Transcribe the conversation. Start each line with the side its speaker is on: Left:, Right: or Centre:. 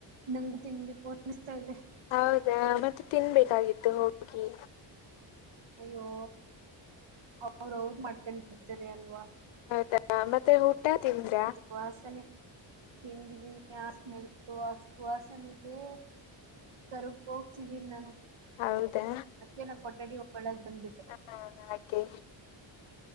Right: ನಂಗ ತಿನ್ಬೇಕು ಅನ್ನಿಸ್ತಾ ಇದೆ
Left: ಹೌದಾ ಮತ್ತೆ ತಿನ್ಬೇಕಾಗಿತ್ತು ಹೋಗಿ
Right: ಅಯ್ಯೋ ಅವ್ರ ಅವರು ಮಾಡ್ಕೊಂಡ್ರ್ತಾರೆ ಅಲ್ವಾ
Left: ಹೌದಾ ಮತ್ತೆ ಊಟ ತಿಿಂದ್ದಾ
Right: ಸುವಾಸನೆ ತಿಂದಿದೀನಿ ಆ ಸ್ಮೆಲ್ ಸುವಾಸನೆಗೆ ಕರ್ಗ ಹೋಗ್ತಿದ್ದೀನಿ ನಾನು
Left: ಹೌದಾ
Right: ಅದ್ೇ ನ ಕೊಠಡಿ ಒಳ್ಳಗ್ ಬಂದ್ಬಿಟ್ಟೆ
Left: ಹಾಂ ಹಾಗೆ